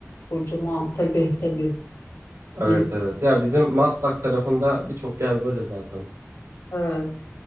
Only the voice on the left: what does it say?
kocaman tabii tabii.
Benim,
evet.